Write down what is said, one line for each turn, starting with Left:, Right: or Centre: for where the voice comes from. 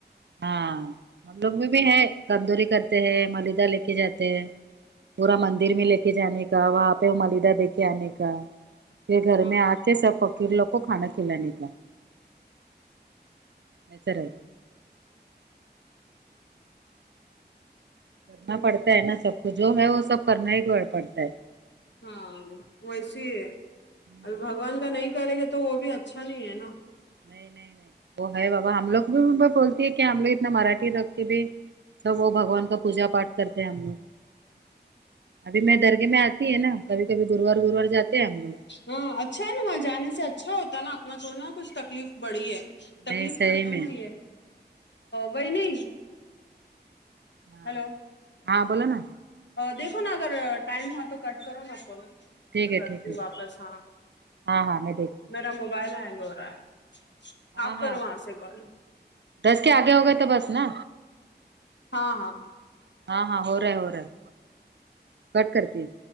Right: ہاں ہم لوگ میں بھی ہے کندوری کرتے ہیں مالیدہ لے کے جاتے ہیں پورا مندر میں لے کے جانے کا وہاں پہ ملیدہ دے کے آنے کا پھر گھر
Left: ہاں
Right: میں آتے سب فقیر لوگ کو کھانا کھلانے کا ایسا رہتا ہے. کرنا پڑتا ہے نا سب کو جو ہے وہ سب کرنا ہی پڑتا ہے
Left: ہاں ویسے
Right: ہوں،
Left: ابھی بگوان کا نہیں کرے گے تو وہ بھی اچھا نہیں ہے نہ
Right: نہیں نہیں نہیں وہ ہے بابا ہم لوگ بھی بولتی ہے کہ ہم لوگ اتنا مراٹھی لگ کے بھی سب وہ بگوان کا پوجا پاٹ کرتے ہیں ہم لوگ ابھی میں درگے میں آتی ہے نا کبھی کبھی گروار گروار جاتے ہیں ہم لوگ
Left: ہاں اچھا ہے نہ وہاں جانے سے اچھا ہوتا ہے نہ اپنا تو نہ کچھ تکلیف بڑی ہے
Right: نہیں
Left: تکلیف
Right: صحیح
Left: ختم
Right: میں
Left: ہوئی ہے وہی نہیں
Right: ہاں
Left: ہلو
Right: ہاں بولو نہ
Left: دیکھو نہ اگر ٹائم ہوا تو کٹ کرو نہ فون
Right: ٹھیک
Left: میں
Right: ہے
Left: کرتی
Right: ٹھیک
Left: ہوں
Right: ہے
Left: واپس ہاں میں
Right: ہاں ہاں میں دیکھتی
Left: میرا موبائل ہینگ ہو رہا ہے
Right: ہوں ہاں
Left: آپ
Right: ہاں
Left: کرو وہاں سے کال
Right: دس کے آگے ہو گئے تو بس نا
Left: ہاں ہاں
Right: ہاں ہاں ہو رہا ہے ہو رہا ہے کٹ کرتی ہے